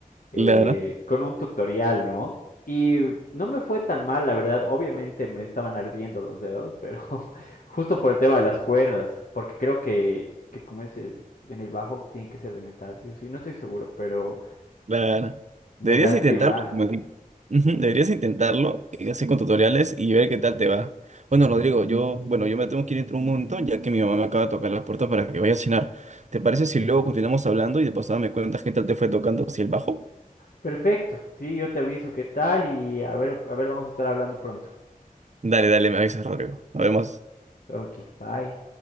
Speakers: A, on the left; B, on the right.
A: eh,
B: Claro.
A: con un tutorial, ¿no? Y no me fue tan mal, la verdad. Obviamente me estaban ardiendo los dedos, pero <laughs> justo por el tema de las cuerdas, porque creo que, que como es el- en el bajo, tiene que ser de metal, sí o sí. No estoy seguro, pero
B: Claro.
A: me
B: Deberías
A: lastimaron.
B: intentarlo. como Ujú,
A: Bueno,
B: Deberías intentarlo y así con tutoriales y ver qué tal te va. Bueno, Rodrigo, yo, bueno, yo me tengo que ir dentro de un montón, ya que mi mamá me acaba de tocar la puerta para que vaya a cenar. ¿Te parece si luego continuamos hablando y de pasada me cuentas qué tal te fue tocando si el bajo?
A: perfecto, sí, yo te aviso qué tal y a ver, a ver, vamos a estar hablando pronto.
B: Dale, dale, me avisas, Rodrigo. Nos vemos.
A: Ok, bye.